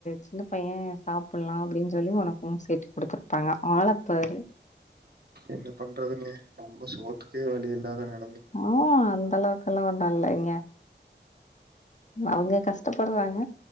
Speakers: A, on the left; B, on the right.
A: சின்ன பைய சாப்லா அப்டின்னு சொல்லி ஒனக்கும் சேத்தி குடுத்துரு பாங்க ஆளப்பாரு
B: என்ன பண்றதுங்க ரொம்ப சோத்துக்கே வழி இல்லாத நெல
A: ஆ அந்த அளவுக் கழுவனுயில்லைங்க அவுங்க கஷ்டப்படுறாங்க